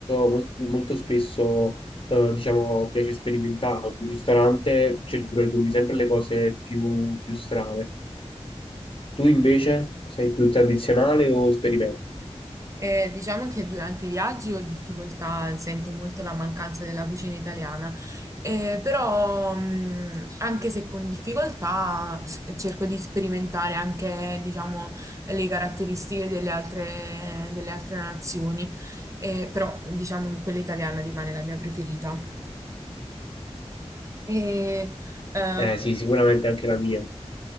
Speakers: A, on the left; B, on the right.
A: molto, molto spesso eh, diciamo, piace sperimentare. In un ristorante cerco di prendermi sempre le cose più, più strane. Tu invece sei più tradizionale o sperimenti?
B: Eh, diciamo che durante i viaggi ho difficoltà, sento molto la mancanza della cucina italiana, Eh, però mh, anche se con difficoltà s- cerco di sperimentare anche, diciamo, le caratteristiche delle altre, delle altre nazioni, Eh, però diciamo che quella italiana rimane la mia preferita. E, eh,
A: Eh sì, sicuramente anche la mia.